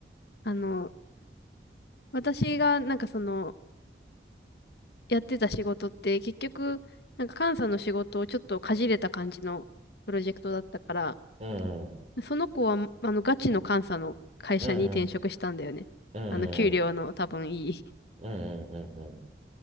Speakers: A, on the left; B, on the right.
A: あの、私がなんかその、やってた仕事って、結局、なんか監査の仕事をちょっとかじれた感じのプロジェクトだったから、
B: うん、
A: その子は、あの、ガチの監査の会社に転職したんだよね。
B: うん、うん、
A: あの、給料の多分いい。
B: うん、うん、うん、うん、うん、